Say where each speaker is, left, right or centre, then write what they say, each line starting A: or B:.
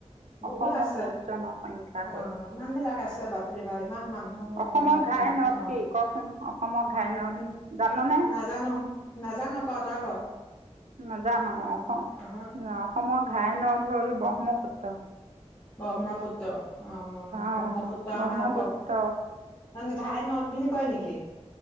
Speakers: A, on the left; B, on the right.
A: বহুত
B: অসমৰ
A: আছে
B: মুঠ জনসংখ্যা
A: অ
B: হ'ল
A: ইমানবিলাক আছে কিবা ইমান মানুহ
B: অসমৰ
A: অসমখনত
B: ঘাই নদ কি কচোন অসমৰ ঘাই নদ
A: উ
B: জাননে
A: নাজানো নাজানো ক তই ক
B: নাজান অসম
A: অ আহ
B: অসমৰ ঘাই নদ হ'ল ব্ৰহ্মপুত্ৰ
A: ব্ৰহ্মপুত্ৰ অ
B: অঁ
A: ব্ৰহ্মপুত্ৰ আমাৰ
B: ব্ৰহ্মপুত্ৰ
A: আকৌ ঘাই নদ বুলি কয় নেকি?